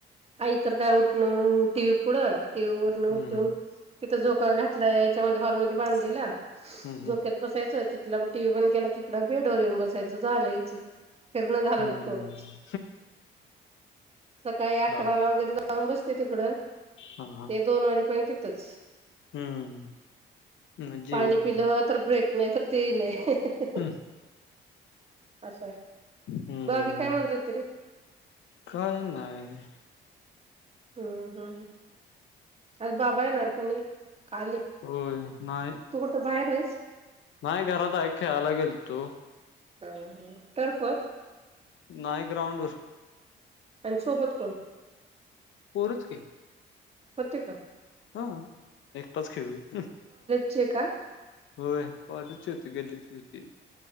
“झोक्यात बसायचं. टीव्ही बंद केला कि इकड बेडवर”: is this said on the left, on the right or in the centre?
Right